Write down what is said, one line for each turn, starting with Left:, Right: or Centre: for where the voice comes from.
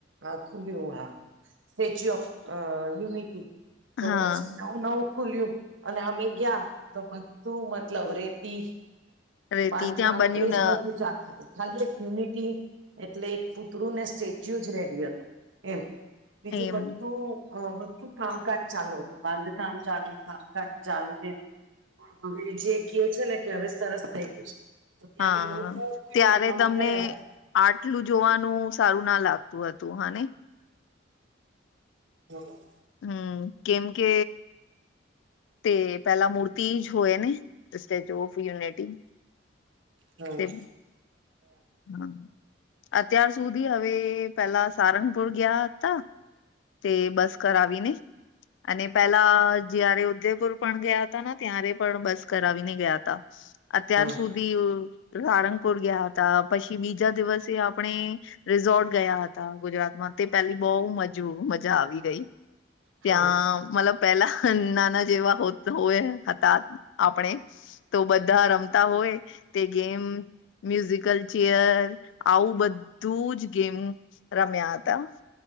Right: આ ખુલ્યું હા સ્ટેચ્યુ ઓફ અ યુનિટી. તો
Left: હા
Right: પછી નવુ નવુ ખુલ્યું અને અમે ગયા તો બધું મતલબ રેતી
Left: રેતી
Right: બાંધકામ
Left: ત્યાં બન્યું
Right: એજ
Left: ન
Right: બધું ચાલું હતું. ખાલી એક યુનિટી એટલે એક પુતળું ને સ્ટેચ્યુ જ રેડી હતું એમ. બીજું
Left: એમ
Right: બધું અ તું કામકાજ ચાલુ હતું. બાંધકામ ચાલુ કામકાજ ચાલુ એમ હવે જે કહે છે ને કે હવે સરસ થઈ ગયું છે. તો ત્યારે
Left: હા
Right: નવુ નવુ ખુલ્યું
Left: ત્યારે
Right: તો અમે
Left: તમને
Right: ગયા હતા.
Left: આટલું જોવાનું સારું ના લાગતું હતું હા ને
Right: બોલો.
Left: હમમ કેમ કે તે પહેલા મૂર્તી જ હોય ને સ્ટેચુ ઓફ યુનિટી.
Right: હા.
Left: તે હા. અત્યાર સુધી હવે પેલા સારંગપુર ગીયા તા. તે બસ કરાવીને અને પેલા જયારે ઉદયપુર પણ ગીયા તા, ને ત્યારે પણ બસ કરાવીને ગીયા તા. અત્યાર
Right: હા
Left: સુધી પિયુ સારંગપુર ગીયા તા પછી બીજા દિવસે આપણે રિસોર્ટ ગયા હતા. ગુજરાતમાં તે પેલી બોવ મજા જો મજા આવી ગઈ.
Right: હા
Left: ત્યાં મતલબ પેલા નાના જેવા હો વે હતા આપણે તો બધા રમતા હોય તે ગેમ મ્યુઝિકલ ચેયર આવું બધું જ ગેમ રમ્યા હતા.